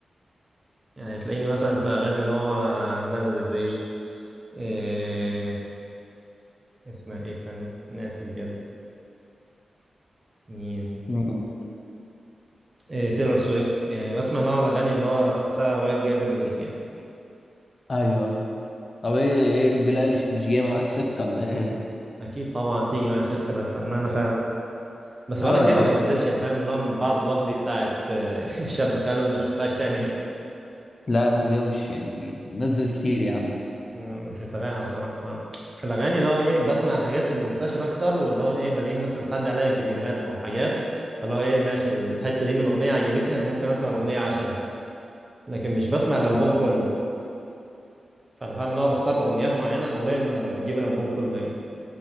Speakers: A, on the right (about 20°); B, on the left (about 40°).
A: يعني تلاقيني مثلا في أغاني اللي هو لانا دري إيه اسمها إيه التانية ناسي بجد مين
B: مين
A: إيه تيلر سويفت يعني بسمع نوع الاغاني اللي هو تحسها وايت جيرل ميوزك يعني
B: ايوه ايوه طب ايه ايه بيلي ايليش مش جاي معاك سكه ولا ايه؟
A: اكيد طبعا تيجي معايا سكه ده الفنانه فعلا بس
B: اه
A: بقالها كتير
B: لا
A: ما بتنزلش يعني فاهم نوع من بعد لافلي بتاعت آه، <laughs> الشاب خالد ما شفتهاش تاني يعني
B: لا انت كده مش يعني نزلت كتير يا عم
A: مم، مش متابعها بصراحه ما- في الاغاني اللي هو ايه بسمع الحاجات المنتشره اكتر واللي هو ايه بلاقيها مثلا بتعدي عليا في فيديوهات او حاجات فاللي هو ايه ماشي الحته دي من الاغنيه عجبتني انا ممكن اسمع الاغنيه عشانها لكن مش بسمع الالبوم
B: آه.
A: كله فانا فاهم ان هو بختار اغنيات معينه قليل ما بجيب الالبوم كله يعني